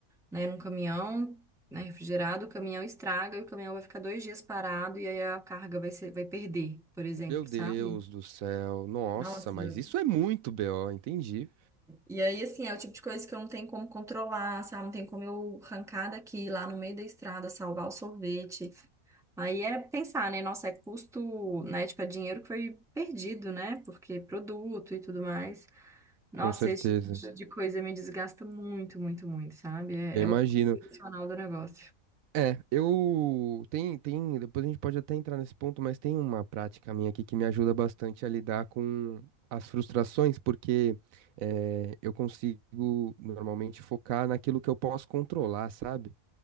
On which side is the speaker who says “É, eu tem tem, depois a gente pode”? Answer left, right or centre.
Right